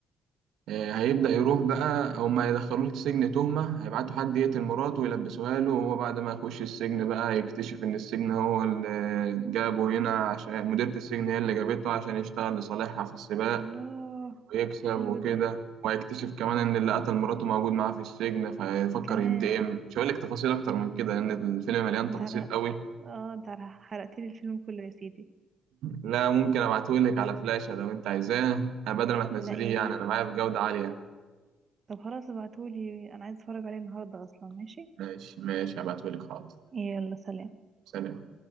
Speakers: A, on the right (about 80°); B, on the right (about 45°).
A: آه، هيبدأ يروح بقى هما هيدخلوه السجن تهمة هيبعتوا حد يقتل مراته ويلبسوها له وهو بعد ما يخش السجن بقى يكتشف إن السجن هو اللي جابه هنا عشان مديرة السجن هي اللي جابته عشان يشتغل لصالحها في السباق
B: الله
A: ويكسب
B: حلو
A: وكده
B: ده
A: وهيكتشف كمان ان اللي قتل مراته موجود معاه في السجن فيفكر
B: كمان
A: ينتقم مش هقول لك تفاصيل اكتر من كده لان الفيلم مليان
B: انت
A: تفاصيل
B: عرق...
A: قوي
B: اه انت حرقت لي الفيلم كله يا سيدي
A: لا ممكن ابعته لك على فلاشة لو انت عايزاه أنا بدل ما تنزليه
B: لا يا ريت
A: يعني انا معايا بجودة عالية
B: طب خلاص ابعتولي انا عايز اتفرج عليه النهارده اصلا ماشي
A: ماشي ماشي هبعته لك حاضر
B: يلا سلام
A: سلام